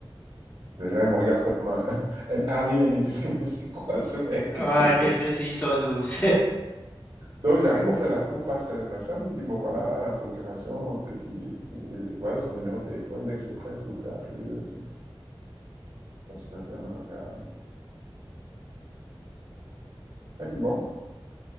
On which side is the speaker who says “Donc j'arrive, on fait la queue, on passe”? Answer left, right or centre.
Right